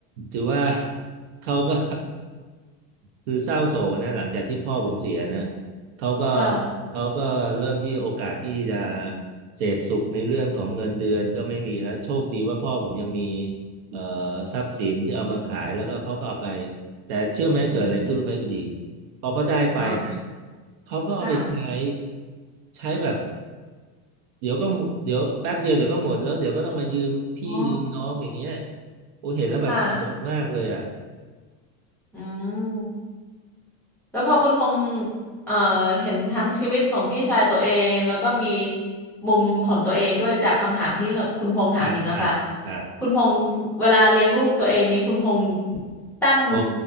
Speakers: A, on the right; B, in the centre.
A: ถือว่าเขาก็ คือเศร้าโศกนะหลังจากที่พ่อผมเสียนะเขาก็
B: ค่ะ
A: เขาก็เริ่มที่โอกาสที่จะเสพสุขในเรื่องของเงินเดือนก็ไม่มีแล้วโชคดีว่าพ่อผมยังมีเอ่อทรัพย์สินที่เอามาขายแล้วก็เขาก็เอาไปแต่เชื่อไหมเกิดอะไรขึ้นรู้ไหมคุณหญิง
B: อืม
A: พอเขาได้ไปนะ
B: อ๋อ
A: เขาก็เอาไปใช้
B: ค่ะ
A: ใช้แบบเดี๋ยวก็หมดเดี๋ยวแป๊บเดียวเดี๋ยวก็หมดแล้วเดี๋ยวก็ต้องมายืมพี่ยืมน้องอย่างเงี้ย
B: อ๋อ
A: โอ้เห็นแล้วแบบสลดมากเลยอ่ะ
B: ค่ะอืม แล้วพอคุณพงษ์เอ่อเห็นทั้งชีวิตของพี่ชายตัวเองแล้วก็มีมุมของตัวเองด้วยจากคำถามที่คุณพงษ์ถามหญิงอะค่ะ
A: หักหักหัก
B: คุณพงษ์เวลาเลี้ยงลูกตัวเองนี้คุณพงษ์ตั้ง
A: โอ้